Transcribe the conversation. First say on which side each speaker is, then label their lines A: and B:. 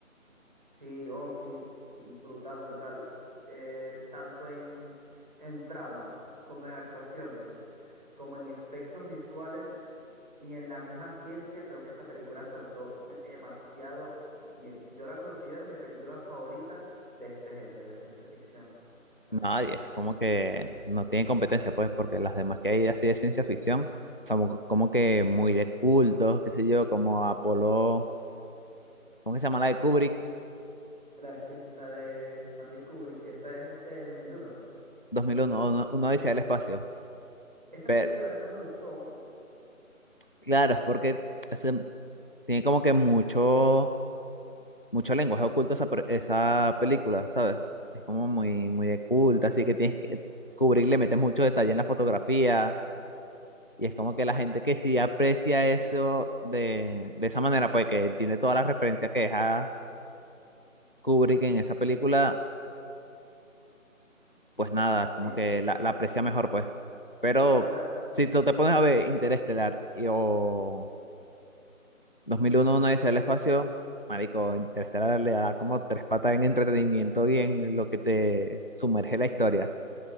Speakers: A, on the right; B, on the left.
A: Sí, oh, y brutal, brutal. Eh, tanto en, en trama, como en actuaciones, como en efectos visuales y en la misma ciencia, creo que esta película acertó demasiado bien. Yo la considero mi película favorita de este género, de ciencia ficción. No,
B: Nadie,
A: no, no.
B: es como que no tiene competencia, pues, porque las demás que hay así de ciencia ficción son co- como que muy de cultos, qué sé yo, como Apolo, ¿cómo que se llama la de Kubrick?
A: La de, Steve- la de Stanley Kubrick, esa es este dos mil uno
B: 2001, uno, uno uno dice el espacio.
A: Esa
B: Pero
A: película a mí no me gustó.
B: claro, es porque ese- tiene como que mucho, mucho lenguaje oculto esa, pre- esa película, ¿sabes? Es como muy, muy de culto, así que
A: Sí.
B: tienes que, Kubrick le mete mucho detalle en la fotografía. Y es como que la gente que sí aprecia eso de, de esa manera, pues que tiene todas las referencias que deja Kubrick en esa película, pues nada, es
A: Sería-
B: como que la, la aprecia mejor, pues. Pero
A: claro, claro.
B: si tú te pones a ver Interestelar y, o 2001, una dice el espacio, marico, Interestelar le da como tres patas en entretenimiento y en lo que te sumerge la historia.